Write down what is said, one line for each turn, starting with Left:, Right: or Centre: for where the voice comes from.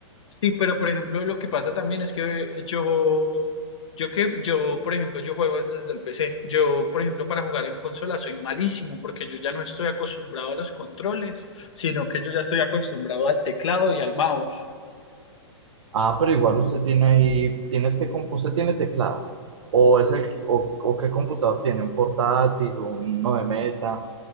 Left: Sí, pero por ejemplo, lo que pasa también es que yo, yo que, yo, por ejemplo, yo juego es desde el PC. Yo, por ejemplo, para jugar en consola soy malísimo porque yo ya no estoy acostumbrado a los controles, sino que yo ya estoy acostumbrado al teclado y al mouse.
Right: Ah, pero igual usted tiene ahí, tienes que, comp- usted tiene teclado. O es el, o, o qué computador tiene, un portátil, uno de mesa.